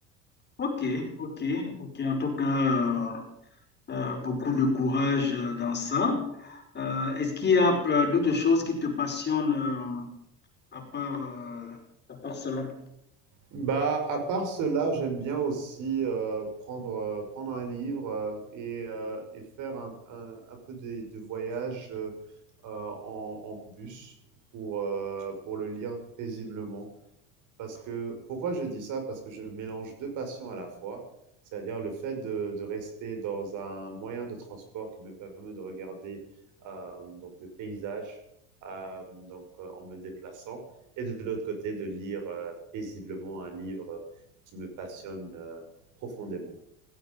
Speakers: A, on the left; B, on the right.
A: Ok, ok, ok. En tout cas, euh, euh, beaucoup de courage euh, dans ça. Euh, est-ce qu'il y a euh, d'autres choses qui te passionnent euh, à part, euh, à part cela?
B: Bah, à part cela, j'aime bien aussi euh, prendre, euh, prendre un livre euh, et, euh, et faire un, un, un peu de de, voyage euh, euh, en, en bus pour, euh, pour le lire paisiblement. Parce que, pourquoi je dis ça? Parce que je mélange 2 passions à la fois, c'est-à-dire le fait de de rester dans un moyen de transport qui me permet de regarder, hem, donc le paysage, hem, donc heu, en me déplaçant et de l'autre côté de lire, heu, paisiblement un livre, qui me passionne, heu, profondément.